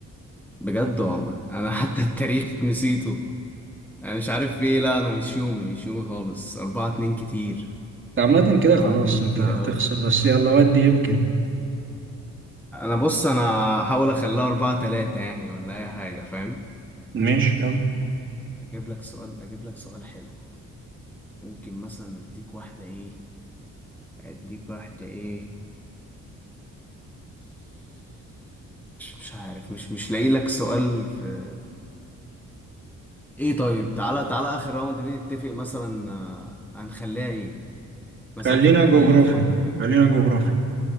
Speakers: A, in the centre; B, on the right.
A: بجد والله انا حتى التاريخ نسيته انا مش عارف في ايه لا انا مش يومي مش يومي خالص اربعة اتنين كتير
B: عامة كده
A: أربعة
B: خلاص
A: اتنين
B: أنت
A: كتير
B: هتخسر
A: قوي
B: بس يلا ودي يمكن
A: أنا بص أنا هحاول أخليها أربعة تلاتة يعني ولا أي حاجة فاهم
B: ماشي يلا
A: أجيب لك سؤال أجيب لك سؤال حلو ممكن مثلا أديك واحدة إيه أديك واحدة إيه مش عارف مش مش لاقي لك سؤال في إيه طيب تعالى تعالى آخر راوند دي نتفق مثلا آه، هنخليها إيه مثلا
B: خلينا
A: في التاريخ
B: جغرافيا
A: ولا في
B: خلينا جغرافيا